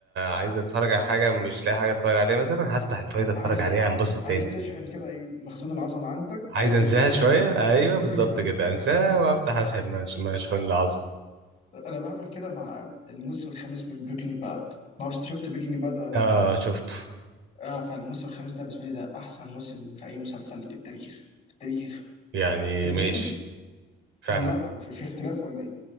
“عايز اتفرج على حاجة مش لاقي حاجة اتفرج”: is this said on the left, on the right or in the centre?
Right